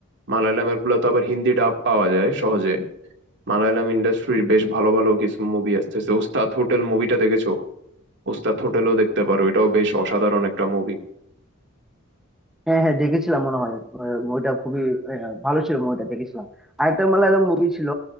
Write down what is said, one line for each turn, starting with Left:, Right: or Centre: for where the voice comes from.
Right: মালায়ালামের গুলো তো আবার হিন্দি ডাব পাওয়া যায় সহজে মালায়ালাম ইন্ডাস্ট্রির বেশ ভালো ভালো কিছু মুভি আসতেছে ওস্তাদ হোটেল মুভিটা দেখেছো ওস্তাদ হোটেলও দেখতে পারো এটাও বেশ অসাধারণ একটা মুভি
Centre: হ্যাঁ হ্যাঁ দেখেছিলাম মনে হয় আহ, ওইটা খুবই আহ, ভালো ছিল মুভিটা দেখেছিলাম আরেকটা মালায়ালাম মুভি ছিল